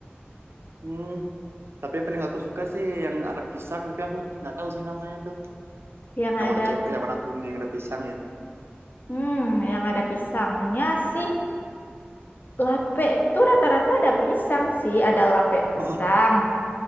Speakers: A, on the right; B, on the left.
A: Hmm, tapi yang paling aku suka sih yang ada pisang tapi aku nggak tahu sih namanya tuh.
B: Yang
A: Yang
B: ada
A: warna cok- yang warna kuning ada pisangnya.
B: hmm, yang ada pisangnya sih. Lape itu rata-rata ada pisang sih, ada lape
A: <laughs>
B: pisang,